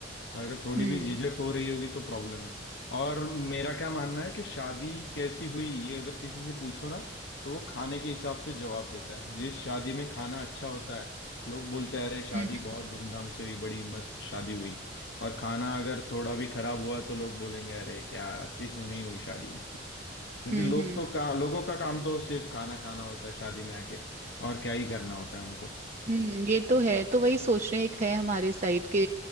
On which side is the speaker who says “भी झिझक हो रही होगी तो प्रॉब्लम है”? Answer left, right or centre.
Left